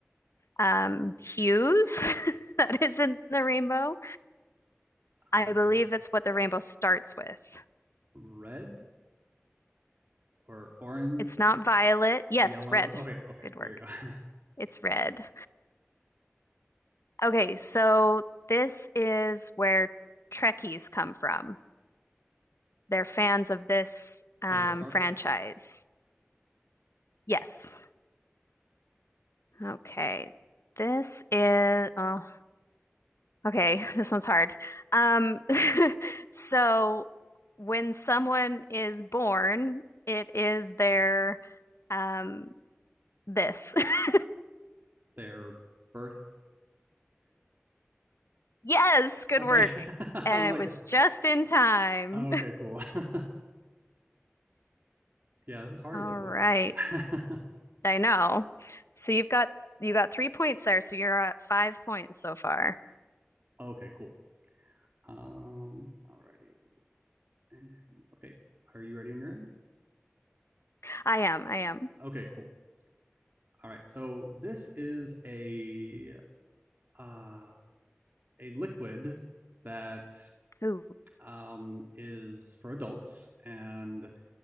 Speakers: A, on the left; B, on the right.
A: um, hues <laughs> that is in the rainbow. I
B: Um,
A: believe it's what the rainbow starts with.
B: red or orange,
A: It's not violet. Yes,
B: yellow.
A: red.
B: Okay, okay.
A: Good work.
B: There you go. <laughs>
A: It's red. Okay. So this is where Trekkies come from. They're fans of this um,
B: Oh, it's Star
A: franchise.
B: Trek.
A: Yes. Okay. This is oh, okay, <laughs> this one's hard. Um <laughs> so when someone is born, it is their um this. <laughs>
B: Their birthday.
A: Yes, good
B: Okay.
A: work.
B: <laughs>
A: And
B: I was
A: it
B: like,
A: was just in time.
B: oh, okay, cool. <laughs> Yeah, this
A: <laughs>
B: is harder
A: All
B: than it looks.
A: right.
B: <laughs>
A: I know. So you've got you got three points there, so you're at five points so far.
B: Okay, cool. Um, alrighty. And- Okay, are you ready on your end?
A: I am, I am.
B: Okay, cool. All right. So this is a uh a liquid that
A: Ooh,
B: um, is for adults, and